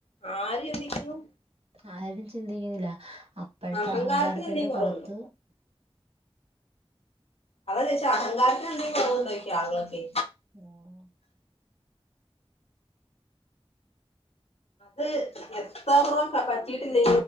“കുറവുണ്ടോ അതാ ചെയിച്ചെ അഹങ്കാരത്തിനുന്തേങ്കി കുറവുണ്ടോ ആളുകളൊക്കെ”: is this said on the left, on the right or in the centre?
Left